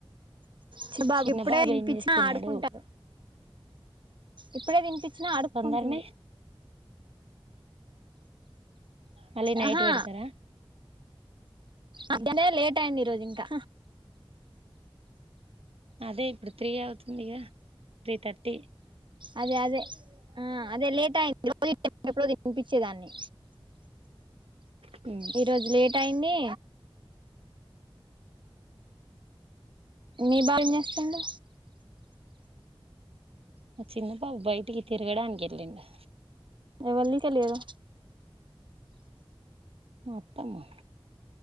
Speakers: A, on the right (about 55°); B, on the right (about 90°).
A: చి బాబు
B: చిన్న
A: ఇప్పుడే తినిపించినా
B: ఏం చేస్తున్నాడు
A: ఆడుకుంటా ఇప్పుడే తినిపించినా ఆడుక్కుంటుండు
B: తొందరనే మళ్ళీ నైట్
A: ఆహా
B: పెడతారా
A: అంతనే లేట్ అయింది ఈరోజు ఇంకా
B: అదే ఇప్పుడు త్రీ అవుతుందిగా త్రీ థర్టీ
A: అదే అదే ఆ అదే లేట్ అయింది రోజు ఈ టైమ్ కి ఎప్పుడో తినిపించేదాన్ని
B: మా
A: ఈరోజు లేట్ అయింది మీ బాబు ఏం చేస్తుండు
B: మ చిన్నబాబు బయటికి తిరగడానికి ఎళ్ళిండు
A: ఎవళ్ళి కెళ్ళిరు
B: అత్తమ్మ